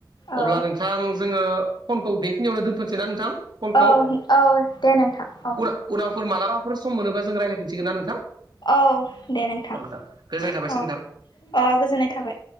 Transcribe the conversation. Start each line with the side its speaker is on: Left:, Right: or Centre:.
Left: औ
Right: अब्ला नोंथां जोङो फनखौ बेखिनियावनो दोनथ'सै ना नोंथां फनखौ
Left: औ औ दे नोंथां औ
Right: उन उनावफोर मालाबफोर सम मोनोबा जों रायज्लायफिनसिगोन ना नोंथां
Left: औ दे नोंथां
Right: औथां गोजोननाय थाबायसै
Left: औ
Right: नोंथां
Left: अ गोजोननाय थाबाय